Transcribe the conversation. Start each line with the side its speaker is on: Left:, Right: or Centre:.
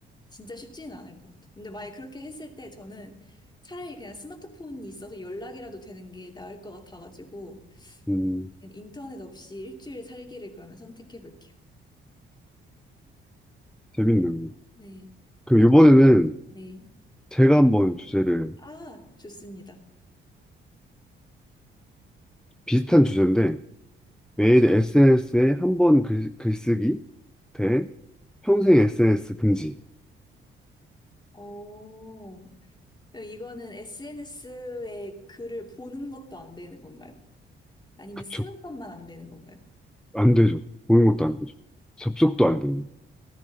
Left: 진짜 쉽지는 않을 것 같아요. 근데 만약에 그렇게 했을 때 저는 차라리 그냥 스마트폰이 있어서 연락이라도 되는 게 나을 것 같아가지고
Centre: 음,
Left: 인터넷 없이 일주일 살기를 그러면 선택해 볼게요.
Centre: 재밌네요.
Left: 네.
Centre: 그럼
Left: 아,
Centre: 이번에는
Left: 네.
Centre: 제가 한번 주제를
Left: 아, 좋습니다.
Centre: 비슷한 주제인데 매일 SNS에 한 번 글, 글쓰기 대 평생 SNS 금지.
Left: 오. 이거는 SNS에 글을 보는 것도 안 되는 건가요? 아니면
Centre: 그쵸.
Left: 쓰는 것만 안 되는 건가요?
Centre: 안 되죠. 보는 것도 안 되죠. 접속도 안 되고.